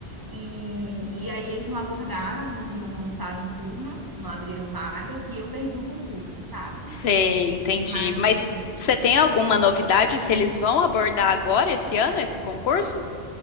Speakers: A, on the right; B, on the left.
A: e, e aí eles não abordaram, não, não lançaram turma, não abriram vagas, e eu perdi o concurso, sabe?
B: Sei, entendi.
A: Mas
B: Mas
A: assim,
B: você tem alguma novidade se eles vão abordar agora esse ano esse concurso?